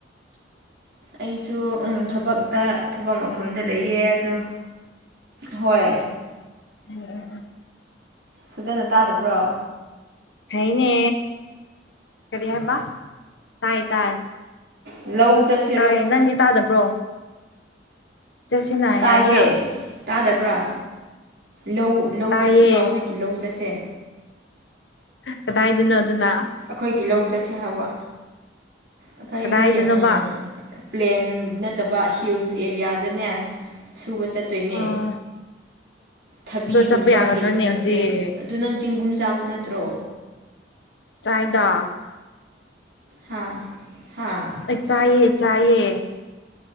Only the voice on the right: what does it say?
ꯑꯩꯁꯨ ꯎꯝ ꯊꯕꯛꯇ ꯊꯕꯛ ꯃꯐꯝꯗ ꯂꯩ ꯑꯦ ꯑꯗꯣ ꯍꯣꯏ
ꯐꯖꯅ ꯇꯥꯗꯕ꯭ꯔꯣ
ꯂꯧ ꯆꯠꯁꯦ
ꯇꯥꯏꯌꯦ
ꯇꯥꯗꯕ꯭ꯔꯥ ꯂꯧ ꯂꯧ
ꯆꯠꯁꯤꯔꯣ ꯑꯩꯈꯣꯏꯒꯤ ꯂꯧ ꯆꯠꯁꯦ
ꯑꯩꯈꯣꯏꯒꯤ ꯂꯧ ꯆꯠꯁꯦ ꯍꯥꯏꯕ ꯑꯩꯈꯣꯏꯒꯤ
ꯎꯝ ꯄ꯭ꯂꯦꯟ ꯅꯠꯇꯕ ꯍꯤꯜꯁ ꯑꯦꯔꯤꯌꯥꯗꯅꯦ ꯁꯨꯕ ꯆꯠꯇꯣꯏꯅꯦ
ꯊꯕꯤꯒꯨꯝꯕ
ꯍꯦꯛꯄ ꯆꯠꯁꯦ
ꯑꯗꯨ ꯅꯪ ꯆꯤꯡꯒꯨꯝ ꯆꯥꯕ ꯅꯠꯇ꯭ꯔꯣ
ꯍꯥꯥ ꯍꯥꯥ